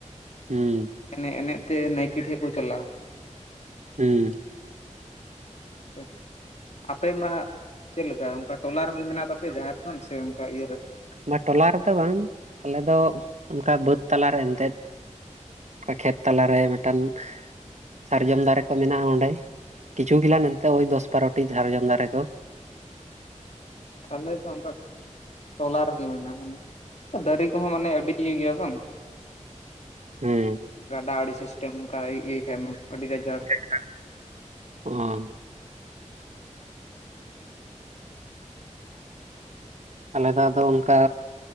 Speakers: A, on the right; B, on the left.
A: ᱦᱩᱸ
B: ᱮᱱᱮᱡ ᱮᱱᱮᱡ ᱛᱮ ᱱᱟᱭᱠᱮ ᱴᱷᱮᱜ ᱠᱚ ᱪᱟᱞᱟᱜᱼᱟ ᱾
A: ᱦᱩᱸ ᱾
B: ᱯᱮ ᱟᱯᱮ ᱢᱟᱦᱟᱸᱜ ᱪᱮᱫ ᱞᱮᱠᱟ ᱚᱝᱠᱟ ᱴᱚᱞᱟ ᱨᱤᱜᱤ ᱢᱮᱱᱟᱜ ᱛᱟᱯᱮ ᱡᱟᱦᱮᱨ ᱛᱷᱟᱱ ᱥᱮ ᱚᱝᱠᱟ ᱤᱭᱟᱹ ᱨᱮ
A: ᱵᱟ ᱴᱚᱞᱟ ᱨᱮᱫᱚ ᱵᱟᱝ ᱟᱞᱮ ᱫᱚ ᱚᱱᱠᱟ ᱵᱟᱹᱫᱽ ᱛᱟᱞᱟ ᱨᱮ ᱮᱱᱛᱮᱫ ᱠᱷᱮᱛ ᱛᱟᱞᱟ ᱨᱮ ᱢᱤᱫᱴᱟᱝ ᱼᱼ ᱥᱟᱨᱡᱚᱢ ᱫᱟᱨᱮ ᱠᱚ ᱢᱮᱱᱟᱜᱼᱟ ᱚᱸᱰᱮ ᱠᱤᱪᱷᱩ ᱜᱤᱞᱟᱝ ᱱᱟᱱᱛᱮ ᱳᱭ ᱫᱚᱥ ᱵᱟᱨᱚᱴᱤ ᱥᱟᱨᱡᱚᱢ ᱫᱟᱨᱮ ᱠᱚ ᱾ <inaudible>
B: ᱟᱞᱮ ᱫᱚ ᱚᱱᱠᱟ ᱴᱚᱞᱟ ᱨᱮᱜᱮ ᱢᱮᱱᱟᱜᱼᱟ, ᱢᱟᱱᱮ ᱫᱟᱨᱮ ᱠᱚᱦᱚᱸ ᱢᱟᱱᱮ ᱟᱹᱰᱤ ᱼᱼ ᱤᱭᱟᱹ ᱜᱤᱭᱟ ᱵᱟᱝ ᱾
A: ᱦᱮᱸ
B: ᱜᱟᱰᱟ ᱟᱹᱲᱤ ᱥᱤᱥᱴᱮᱢ ᱱᱩᱝᱠᱟ ᱟᱭ ᱤᱭᱟᱹᱭ <unintelligible> ᱮᱢ ᱟᱹᱰᱤ ᱜᱟᱡᱟᱲ ᱾
A: ᱚ ᱾ ᱟᱞᱮ ᱫᱚ ᱟᱫᱚ ᱚᱱᱠᱟ